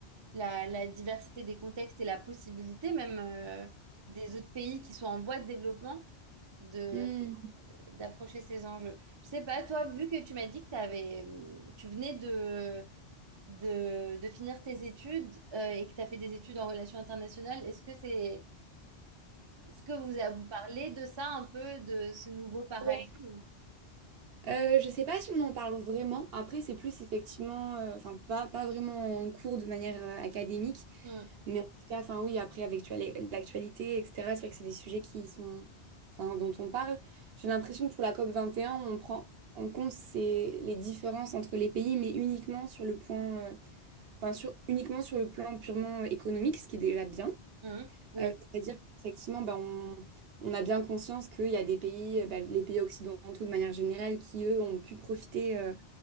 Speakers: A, on the right; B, on the right.
A: la, la diversité des contextes et la possibilité même euh, des autres pays qui sont en voie de développement de
B: Mhm.
A: d'approcher ces enjeux. Je sais pas, toi, vu que tu m'as dit que t'avais, tu venais de, de, de finir tes études euh, et que tu as fait des études en relations internationales, est-ce que c'est, est-ce que vous, vous parlez de ça un peu, de ce nouveau paradigme?
B: Hmm. Euh, je sais pas si on en parle vraiment. Après, c'est plus effectivement, euh, enfin pas, pas vraiment en cours de manière euh, académique,
A: Mm,
B: mais en tout cas, enfin oui, après avec tu as les- l'actualité, etc. C'est vrai que c'est des sujets qui sont, enfin dont on parle. J'ai l'impression que pour la COP 21, on prend en compte ces, les différences entre les pays, mais uniquement sur le point, euh, enfin sur uniquement sur le plan purement euh, économique, ce qui est déjà bien.
A: mm, oui,
B: Euh, c'est-à-dire qu'effectivement, bah, on, on a bien conscience qu'il y a des pays, euh, bah, les pays occidentaux de manière générale, qui, eux, ont pu profiter euh,